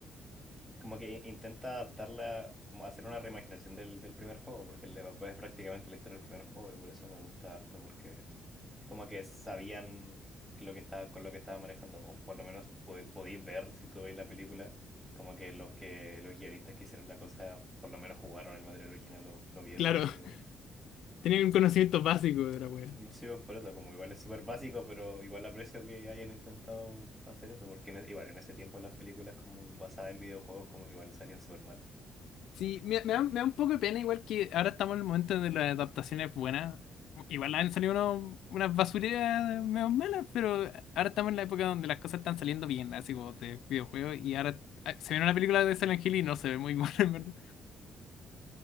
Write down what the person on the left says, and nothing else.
Claro,
<laughs> tenían un conocimiento básico de la wea.
Sí, me, me da, me da un poco de pena, igual que ahora estamos en el momento de las adaptaciones buenas. Igual han salido unos- unas basureras medio malas, pero ahora estamos en la época donde las cosas están saliendo bien, así como de videojuegos, y ahora eh, se ve una película de Silent Hill y no se ve muy <laughs> buena, en verdad.